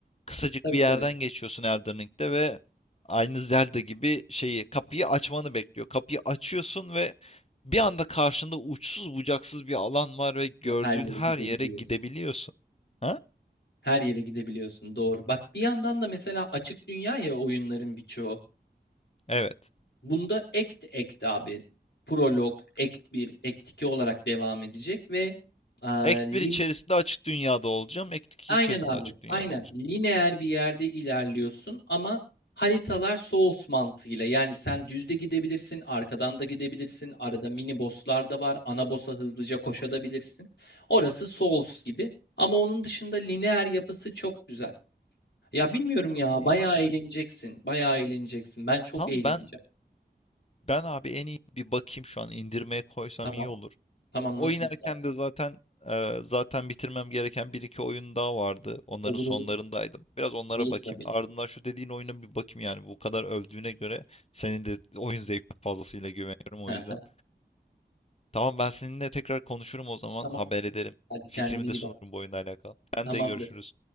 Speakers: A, on the left (about 35°); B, on the left (about 85°).
A: kısacık
B: Tabii
A: bir
B: tabii.
A: yerden geçiyorsun Elden Ring'de ve aynı Zelda gibi şeyi kapıyı açmanı bekliyor. Kapıyı açıyorsun ve bir anda karşında uçsuz bucaksız bir alan var ve gördüğün
B: Ve her yere
A: her
B: gidebiliyorsun.
A: yere gidebiliyorsun. Ha?
B: Her yere gidebiliyorsun. Doğru. Bak bir yandan da mesela açık dünya ya oyunların birçoğu.
A: Evet.
B: Bunda act act abi. Prolog, act bir act 2 olarak devam edecek ve aa,
A: Act
B: lin
A: 1 içerisinde açık dünyada olacağım. Act 2
B: Aynen
A: içerisinde
B: abi.
A: açık dünyada
B: Aynen.
A: olacağım.
B: Lineer bir yerde ilerliyorsun ama haritalar Souls mantığıyla. Yani sen düzde gidebilirsin, arkadan da gidebilirsin. Arada mini bosslar da var. Ana boss'a hızlıca koşabilirsin. Orası Souls gibi. Ama onun dışında lineer yapısı çok güzel. Ya bilmiyorum
A: Çok
B: ya.
A: iyiymiş.
B: Bayağı eğleneceksin. Bayağı eğleneceksin. Ben çok
A: Tamam
B: eğleneceğim.
A: ben ben abi en iyi bir bakayım şu an indirmeye koysam
B: Tamam.
A: iyi olur.
B: Tamam
A: Oynarken
B: nasıl istersen.
A: de zaten e, zaten bitirmem gereken bir iki oyun daha vardı. Onların
B: Olur
A: sonlarındaydım.
B: olur.
A: Biraz onlara
B: Olur
A: bakayım.
B: tabii.
A: Ardından şu dediğin oyuna bir bakayım yani. Bu kadar övdüğüne göre senin de oyun zevkine fazlasıyla güveniyorum o
B: <laughs>
A: yüzden. Tamam ben seninle tekrar konuşurum o zaman.
B: Tamam.
A: Haber ederim.
B: Hadi kendine
A: Fikrimi
B: iyi
A: de sunarım
B: bak.
A: bu oyunla alakalı. Sen
B: Tamamdır.
A: de görüşürüz.